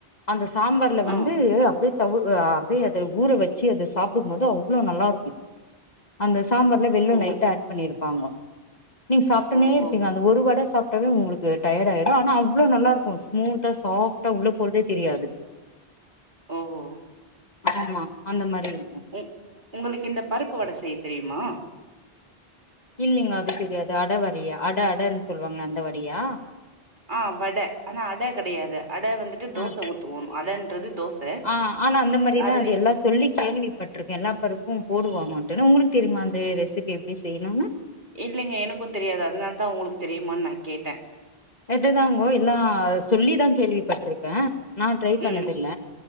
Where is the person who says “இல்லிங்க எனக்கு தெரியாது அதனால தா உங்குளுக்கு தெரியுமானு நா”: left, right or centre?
Right